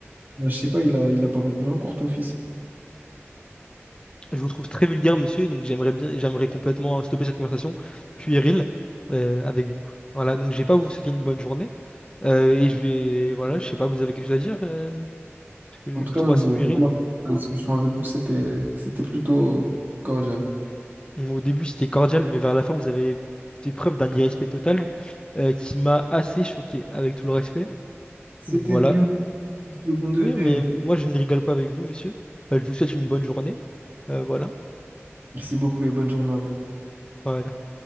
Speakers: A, on the right; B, on the left.
A: je sais pas, il a, il a pas retenu un cours, ton fils.
B: Je vous trouve très vulgaire, monsieur, donc j'aimerais bien, j'aimerais complètement stopper cette conversation puérile euh, avec vous. Voilà, donc je vais pas vous souhaiter une bonne journée euh, et je vais, voilà, je sais pas, vous avez quelque chose à dire euh, parce que
A: En
B: je
A: tout
B: vous
A: cas,
B: trouve
A: moi,
B: assez
A: j'ai
B: puéril.
A: remarqué la discussion avec vous, c'était, c'était plutôt cordial.
B: Bon, Au début, c'était cordial, mais vers la fin, vous avez fait preuve d'un irrespect total euh, qui m'a assez choqué, avec tout le respect.
A: C'était
B: Donc voilà.
A: de l'humour du second degré.
B: Oui, mais moi, je ne rigole pas avec vous, monsieur. Euh, je vous souhaite une bonne journée. Euh, voilà.
A: Merci beaucoup et bonne journée à vous.
B: Voilà.